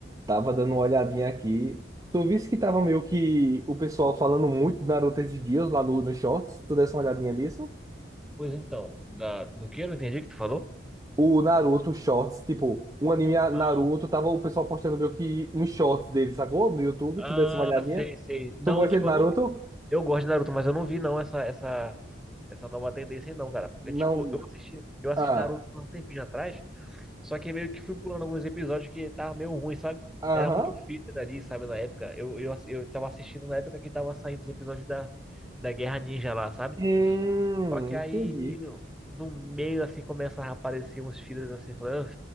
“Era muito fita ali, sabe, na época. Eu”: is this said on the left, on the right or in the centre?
Centre